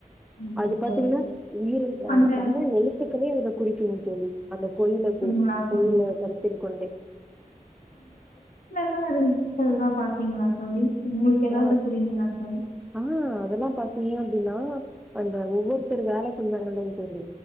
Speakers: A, on the left (about 70°); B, in the centre.
A: ஆமாங்க
B: அது பாத்தீங்கன்னா
A: தோழி
B: உயிரெழுத்துல
A: அந்த
B: அ தமிழ் எழுத்துக்களே அது குறிக்குங் தோழி அந்த
A: அப்டிங்களா
B: கோயில பேஸ்
A: தோழி
B: கோயில கருத்தில் கொண்டு
A: லா இருக்குறதுல்லா பாத்தீங்களா தோழி உங்களுக்கு
B: அதா
A: ஏதாவது புரியுங்களா தோழி
B: ஆ அதெல்லாம் பாத்தீங்க அப்டின்னா அந்த ஒவ்வொருத்தரு வேல செஞ்சாங்க இல்லைங் தோழி